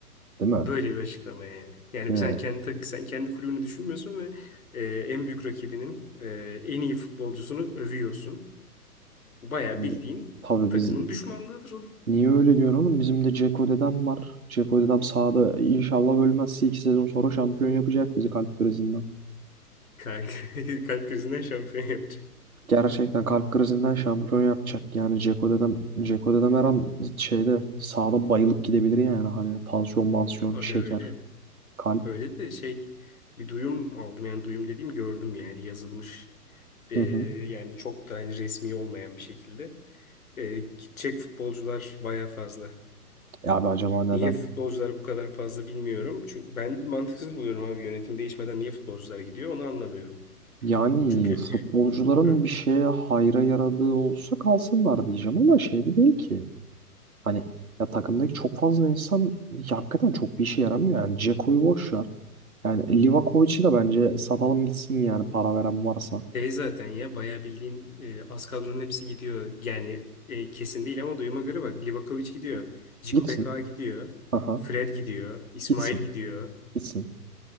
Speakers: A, on the right; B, on the left.
A: değil mi?
B: Böyle bir açıklama yani. Yani
A: Yine
B: sen kendi tak- sen kendi kulübünü düşünmüyorsun ve e, en büyük rakibinin e, en iyi futbolcusunu övüyorsun. Bu bayağı
A: hani
B: bildiğin
A: tabii
B: takımın
A: biz
B: düşmanlığıdır oğlum.
A: niye öyle diyorum oğlum? Bizim de Ceko dedem var. Ceko dedem sahada inşallah ölmezse 2 sezon sonra şampiyon yapacak bizi kalp krizinden.
B: Kalp, <laughs> kalp krizinden şampiyon yapacak.
A: Gerçekten kalp krizinden şampiyon yapacak. Yani Ceko'da da, Dzeko'da da her an şeyde sağda bayılıp gidebilir yani. Hani tansiyon, mansiyon,
B: Aga
A: şeker,
B: öyle.
A: kalp.
B: Öyle de şey bir duyum aldım yani duyum dediğim gördüm yani yazılmış. E,
A: Hı hı.
B: yani çok da hani resmi olmayan bir şekilde. E, gidecek futbolcular baya fazla.
A: E abi acaba neden?
B: Niye futbolcular bu kadar fazla bilmiyorum. Çünkü ben mantıksız buluyorum abi yönetim değişmeden niye futbolcular gidiyor onu anlamıyorum.
A: Yani
B: Çünkü
A: futbolcuların
B: y- Heh,
A: bir şeye hayra yaradığı olsa kalsınlar diyeceğim ama şey de değil ki. Hani ya takımdaki çok fazla insan ya hakikaten çok bir işe yaramıyor yani. Ceko'yu boş ver. Yani Livakovic'i de bence satalım gitsin yani para veren varsa.
B: şey zaten ya bayağı bildiğin e, az kadronun hepsi gidiyor. Yani e, kesin değil ama duyuma göre bak Livakovic gidiyor. Ciku
A: Gitsin.
B: Beka gidiyor.
A: Aha.
B: Fred gidiyor. İsmail
A: Gitsin.
B: gidiyor.
A: Gitsin.